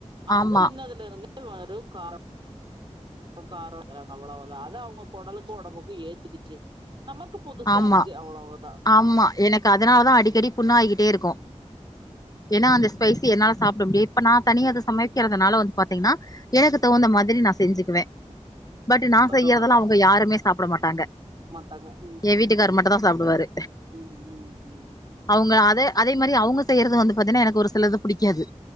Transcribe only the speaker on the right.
அவங்க
சின்னதுல இருந்தே வெறு காரம் இப்ப காரோங்குறாங்க அவ்ளோதா அதா அவங்க கொடலுக்கு ஒடம்புக்கு ஏத்துகிச்சு நமக்கு புதுசா
இருக்கு அவ்வளவுதா
பரவால்ல
டாங்க
ம் ம்